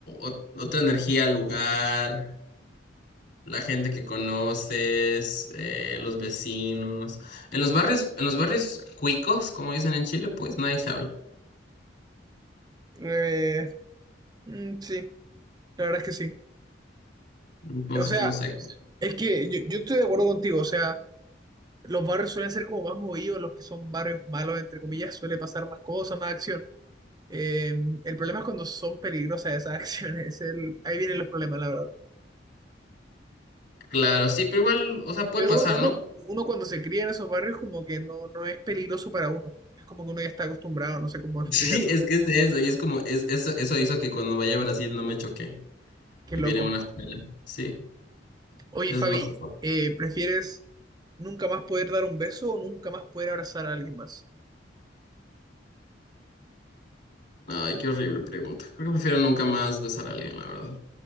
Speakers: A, on the left; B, on the right.
A: ot- otra energía al lugar. La gente que conoces, eh, los vecinos. En los barrios, en los barrios cuicos, como dicen en Chile, pues nadie se habla.
B: Eh, mm, sí, la verdad es que sí.
A: Entonces,
B: O sea,
A: no sé.
B: es que yo, yo estoy de acuerdo contigo, o sea, los barrios suelen ser como más movidos, los que son barrios malos, entre comillas, suele pasar más cosas, más acción. Eh, el problema es cuando son peligrosas esas <laughs> acciones. es el- ahí vienen los problemas, la verdad.
A: Claro, sí, pero igual, o sea, puede
B: Pero
A: pasar,
B: uno, uno,
A: ¿no?
B: uno cuando se cría en esos barrios como que no, no es peligroso para uno. Es como que uno ya está acostumbrado, no sé cómo
A: <laughs>
B: explicarlo.
A: Sí, es que es de eso, y es como, es, eso, eso hizo que cuando vaya a Brasil no me choqué.
B: Qué
A: Vivir
B: loco.
A: en una favela. Sí,
B: Oye,
A: es
B: Fabi,
A: loco. po.
B: eh, ¿prefieres nunca más poder dar un beso o nunca más poder abrazar a alguien más?
A: Ay, qué horrible pregunta. Creo que prefiero nunca más besar a alguien, la verdad.